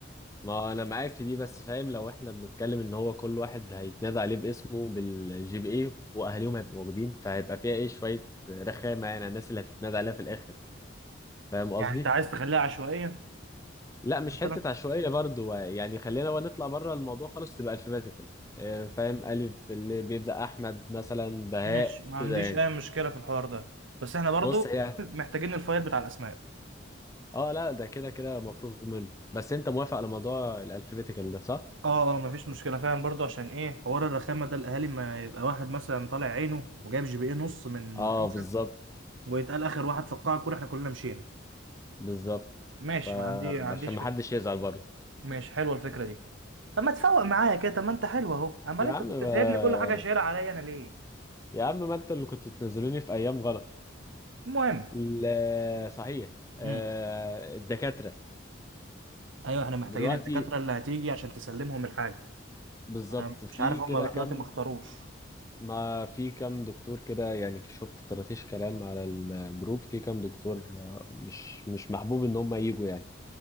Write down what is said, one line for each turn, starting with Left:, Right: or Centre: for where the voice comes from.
Left: ما انا معاك في دي بس فاهم لو احنا بنتكلم ان هو كل واحد هيتنادى عليه باسمه بالجي بي اي واهاليهم هيبقوا موجودين فهيبقى فيها ايه شويه رخامه يعني على الناس اللي هتتنادى عليها في الاخر فاهم قصدي
Right: يعني أنت عايز تخليها عشوائية
Left: لا مش
Right: مثلا
Left: حته عشوائيه برضو يعني خلينا بقى نطلع بره الموضوع خالص تبقى الفابيتيكال فاهم الف اللي بيبدا احمد مثلا بهاء
Right: ماشي ما عنديش
Left: كده يعني
Right: أي مشكلة في الحوار ده بس احنا برضو
Left: بص هي
Right: <laughs> محتاجين الفايل بتاع الأسماء
Left: اه لا ده كده كده مفروغ منه بس انت موافق على موضوع الالفابيتيكال ده صح
Right: اه اه مفيش مشكله فعلا برضو عشان ايه حوار الرخامه ده الاهالي ما يبقى واحد مثلا طالع عينه وجايب جي بي ايه نص من
Left: اه
Right: خمسه
Left: بالظبط
Right: ويتقال اخر واحد في القاعه كلها احنا كلنا مشينا
Left: بالظبط
Right: ماشي
Left: فعشان
Right: ما عندي ما عنديش
Left: ما
Right: فكره
Left: حدش يزعل برضو
Right: ماشي حلوه الفكره دي طب ما تفوق معايا كده طب ما انت حلو اهو امال
Left: يا
Right: انت
Left: عم
Right: كنت
Left: ما...
Right: سايبني كل حاجه شايلها عليا انا ليه
Left: يا عم ما انت اللي كنت بتنزلوني في ايام غلط
Right: المهم
Left: لا صحيح آه،
Right: امم
Left: الدكاترة
Right: ايوه احنا محتاجين
Left: دلوقتي
Right: الدكاتره اللي هتيجي عشان تسلمهم الحاجه
Left: بالظبط
Right: انا
Left: في
Right: مش عارف هم
Left: كده
Right: لغايه
Left: كم
Right: دلوقتي ما اختاروش
Left: ما في كم دكتور كده يعني شفت طرطيش كلام على الجروب في كم دكتور آه، مش مش محبوب ان هم يجوا يعني